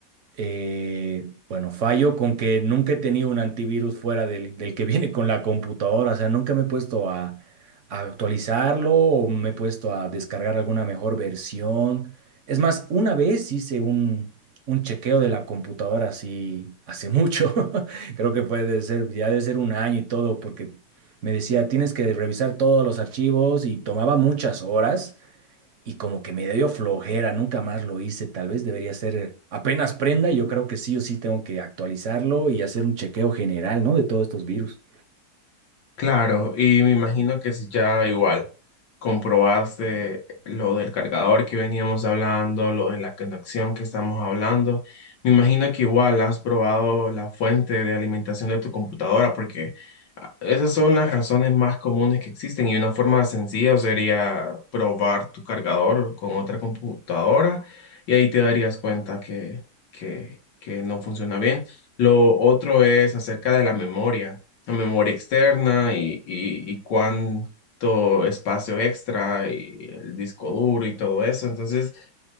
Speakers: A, on the right; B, on the left.
A: Eh, bueno, fallo con que nunca he tenido un antivirus fuera del, del que <laughs> viene con la computadora, o sea, nunca me he puesto a, a actualizarlo o me he puesto a descargar alguna mejor versión. Es más, una vez hice un, un chequeo de la computadora así hace mucho, <laughs> creo que puede ser, ya debe ser un año y todo, porque me decía, tienes que revisar todos los archivos y tomaba muchas horas y como que me dio flojera, nunca más lo hice, tal vez debería ser apenas prenda, yo creo que sí o sí tengo que actualizarlo y hacer un chequeo general, ¿no? De todos estos virus.
B: Claro, y me imagino que si ya igual comprobaste lo del cargador que veníamos hablando, lo de la conexión que estamos hablando, me imagino que igual has probado la fuente de alimentación de tu computadora, porque ah, esas son las razones más comunes que existen y una forma sencilla sería probar tu cargador con otra computadora y ahí te darías cuenta que, que, que no funciona bien. Lo otro es acerca de la memoria la memoria externa y, y, y cuánto espacio extra y el disco duro y todo eso. Entonces,